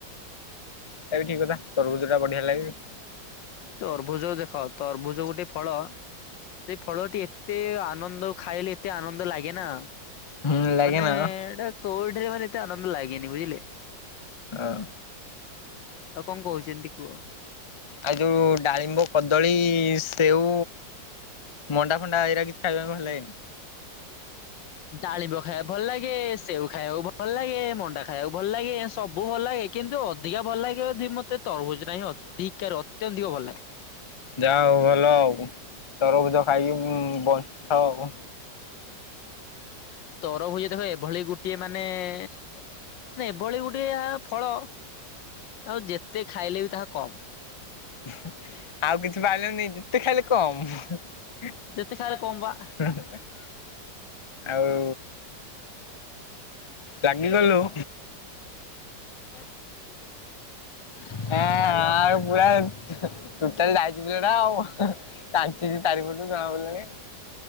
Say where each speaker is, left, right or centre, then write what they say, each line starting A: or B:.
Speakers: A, on the left; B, on the left.
A: ଏରା କି କଥା ତରୁଭୁଜ ଟା ବଢିଆ ଲାଗେ।
B: ତରଭୁଜ ଦେଖ ତରଭୂଜ ଗୋଟେ ଫଳ ସେଇ ଫଳଟି ଏ ଏତେ ଆନନ୍ଦ ଖାଇଲେ ଏତେ ଆନନ୍ଦ ଲାଗେ ନା
A: ହୁଁ ଲାଗେ
B: ମାନେ
A: ନା
B: ଏଇଟା କୋଉଠାରେ ମାନେ ଏତେ ଆନନ୍ଦ ଲାଗେନି ବୁଝିଲେ।
A: ହଁ।
B: ଆଉ କଣ କହୁଛନ୍ତି କୁହ।
A: ଆଉ ଯୋଉ ଡାଳିମ୍ବ, କଦଳୀ, ସେଉ ମଣ୍ଡା ଫଣ୍ଡା ଏଇରା କିଛି ଖାଇବା ପାଇଁ ଭଲ ଲାଗେନି?
B: ଡାଳିମ୍ବ ଖାଇବାକୁ ଭଲ ଲାଗେ। ସେଉ ଖାଇବାକୁ ଭଲ ଲାଗେ। ମଣ୍ଡା ଖାଇବାକୁ ଭଲ ଲାଗେ। ସବୁ ଭଲ ଲାଗେ। କିନ୍ତୁ ଅଧିକା ଭଲ ଲାଗେ ଯଦି ମତେ ତରଭୁଜ ଟା ହିଁ ଅଧିକା ଅତ୍ୟଧିକ ଭଲ ଲାଗେ।
A: ଯାହା ହଉ ଭଲ ଆଉ ତରଭୁଜ ଖାଇକି ବଞ୍ଚିଥା ଆଉ।
B: ତରଭୂଜ ଦେଖ ଏଭଳି ଗୋଟିଏ ମାନେ ମାନେ ଏଭଳି ଗୋଟେ ଫଳ, ତାକୁ ଯେତେ ଖାଇଲେ ବି ତାହା କମ୍।
A: <inaudible> ଆଉ କିଛି ପାଇଲନି ଯେତେ ଖାଇଲେ କମ୍। <unintelligible>
B: ଯେତେ ଖାଇଲେ କମ୍ ବା
A: ଆଉ ରାଗିଗଲୁ?
B: <unintelligible>
A: ହଁ
B: ହାଲୋ
A: ଆ ପୁରା ଟୋଟାଲ ରାଜ ପିଲା ଟା ଆଉ। ଚାଞ୍ଚିଛି ଚାରି ପଟୁ ଜଣା ପଡ଼ିଲାଣି